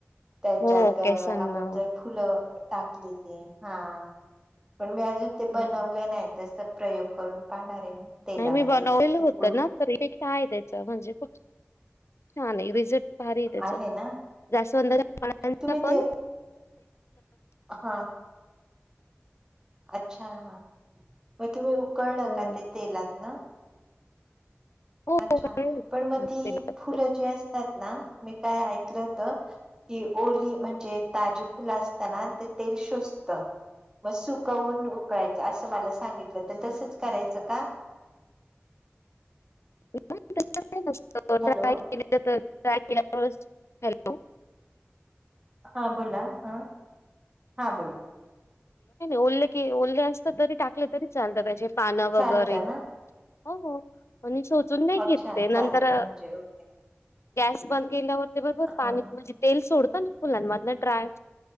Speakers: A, on the right; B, on the left.
A: त्याच्यात,
B: हो
A: आपण
B: केसांना
A: जर फुलं टाकली ती, हा पण मी अजून ते
B: हो.
A: बनवलं नाही, तस प्रयोग करून पाहणार आहे मी. तेलामध्ये
B: नाही मी बनवलं
A: उकळून
B: होत ना तरीे आहे, द्यायच म्हणजे छान आहे रिझ फार त्याच
A: आहे ना
B: जास्तवंदा पाण्या
A: तुम्ही
B: पण
A: ते हा. अच्छा हा मग तुम्ही उकळलं
B: हो
A: का ते तेलात न.
B: हो
A: अच्छा,
B: काय
A: पण मग ती
B: नसत
A: फुलं जी असतात ना, मी काय ऐकलं होत. कि ओली म्हणजे, ताजी फुलं असताना ते तेल शोसत. मग सुकवून उकळायचं, असं मला सांगितलं, तर तसंच करायचं का?
B: त
A: हॅलो
B: <unintelligible>
A: हां बोला, हा हां बोला.
B: ओले के ओले असतात तरी टाकले तरी चालतात, त्याचे पानं
A: चालतं
B: वगैरे.
A: ना
B: हो, हो मी शोषून नाही
A: अच्छा
B: घेत ते,
A: चालतं
B: नंतर.
A: म्हणजे ओके
B: गॅस बंद केल्यावर ते बरोबर
A: हा
B: पाणी म्हणजे तेल सोडतं ना फुलांमधलं ड्राय